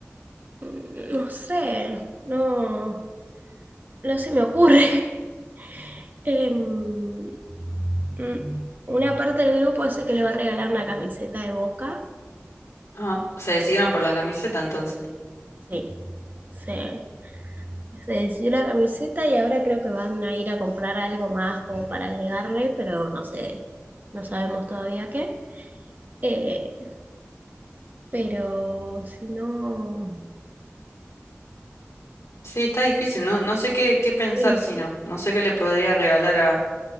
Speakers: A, on the right; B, on the left.
A: Mm, No sé, no, no se me ocurre. <laughs> Em, mm, una parte del grupo hace que le va a regalar una camiseta de Boca.
B: Ah, se decidieron por la camiseta entonces.
A: Sí, sí. Se decidió la camiseta y ahora creo que van a ir a comprar algo más como para agregarle, pero no sé, no sabemos todavía qué. Eh, pero si no,
B: Sí, está difícil, no, no sé qué, qué pensar
A: eh,
B: si no. No sé qué le podría regalar a,